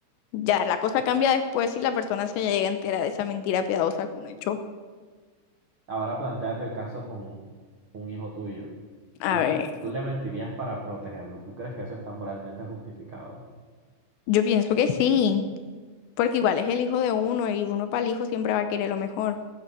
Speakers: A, on the left; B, on the right.
A: Ya, la cosa cambia después si la persona se llega a enterar de esa mentira piadosa que uno echó.
B: Ahora plantéate el caso con un hijo tuyo.
A: A
B: ¿Tú le,
A: ver.
B: men- tú le mentirías para protegerlo? ¿Tú crees que eso está moralmente justificado?
A: Yo pienso que sí, porque igual es el hijo de uno y uno para el hijo siempre va a querer lo mejor.